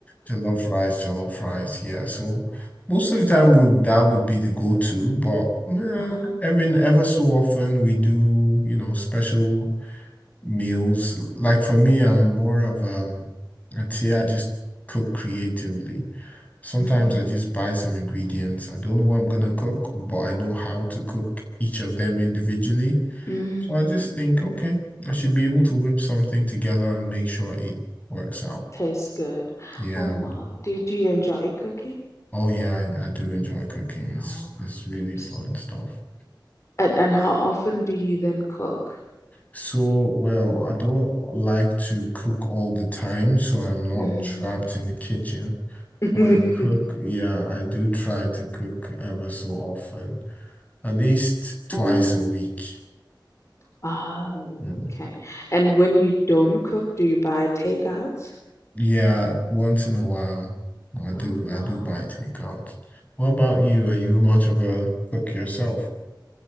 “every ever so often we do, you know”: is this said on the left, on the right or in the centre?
Left